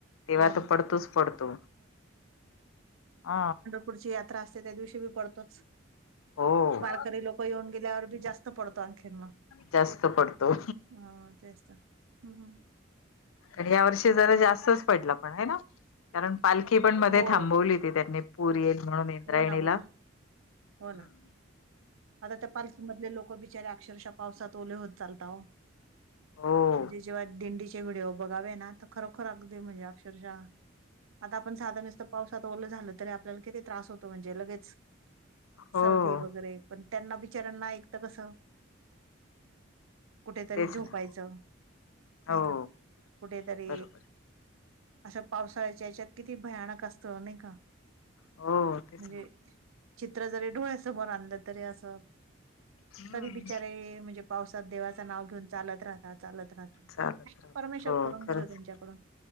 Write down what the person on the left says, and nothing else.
तेव्हा
तर
पडतोच पडतो. अ
हो
जास्त पडतो
तरी या वर्षी जरा जास्तच पडला, पण हे ना. कारण पालखी पण मध्ये
थांबवली होती त्यांनी. पूर येईल म्हणून, इंद्रायणीला.
ह्ं.
हो
हो
तेच
ना हो
बरोबर
हो. तेच
ना
हम्म
चालत
राहतात
हो
खरंच